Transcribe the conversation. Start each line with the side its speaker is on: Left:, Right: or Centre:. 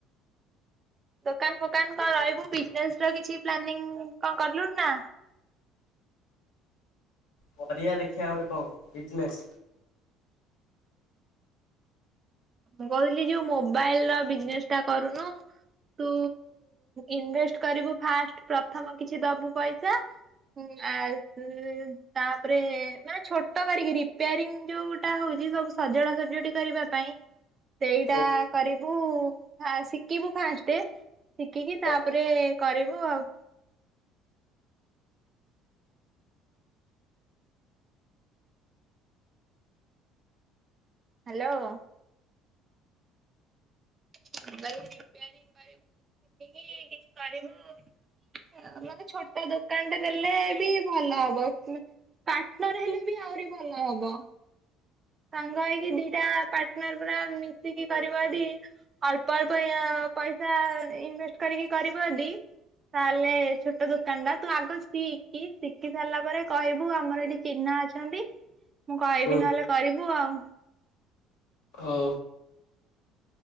Right: ଦୋକାନ ଫୋକାନ କଣ ରହିବୁ କି? ଏକ୍ସଟ୍ରା କିଛି ପ୍ଲାନିଙ୍ଗ କଁ କରଲୁଣି ନା?
Left: କରିଆ ଦେଖିଆ ଗୋଟେ କ ବିଜନେସ୍।
Right: ମୁଁ କହୁଥିଲି ଯୋଉ ମୋବାଇଲର ବିଜନେସ ଟା କରୁନୁ। ତୁ ଇନଭେଷ୍ଟ କରିବୁ ଫାଷ୍ଟ ପ୍ରଥମ କିଛି ଦବୁ ପଇସା ଉଁ ଆସ ତାପରେ ମାନେ ଛୋଟ କରିକି ରିପ୍ୟାରିଙ୍ଗ ଯୋଉଟା ହଉ ସବୁ ସଜଡା ସଜଡି କରିବା ପାଇଁ ସେଇଟା
Left: ହୁଁ
Right: କରିବୁ ଶିକିବୁ ଫାଷ୍ଟେ। ଶିଖିକି
Left: ହଉ
Right: ତାପରେ କରିବୁ ଆଉ। ହ୍ୟାଲୋ। <unintelligible> ରିପ୍ୟାରିଂ କରିବୁ ଶିଖିକି କିଛି କରିବୁ ମାନେ ଛୋଟ ଦୋକାନଟେ ଦେଲେ ବି ଭଲ ହବ। ପାର୍ଟନର ହେଲେ ବି ଆହୁରି ଭଲ ହବ। ସାଙ୍ଗ ହେଇକି ଦିଟା ପାର୍ଟନର ପୁରା ମିଶିକି କରିବ ଦି ଅଳ୍ପ ଅଳ୍ପ ୟ ପଇସା ଇନଭେଷ୍ଟ କରିକି କରିବ ଯଦି ତାହେଲେ ଛୋଟ ଦୋକାନଟା ତୁ ଆଗ ଶିଖି, ଶିଖି ସାରିଲା ପରେ କହିବୁ ଆମର ଏଠି ଚିହ୍ନା ଅଛନ୍ତି। ମୁଁ କହିବି
Left: ହୁଁ
Right: ନହେଲେ ଙ୍କୁ ଆଉ।
Left: ଓ।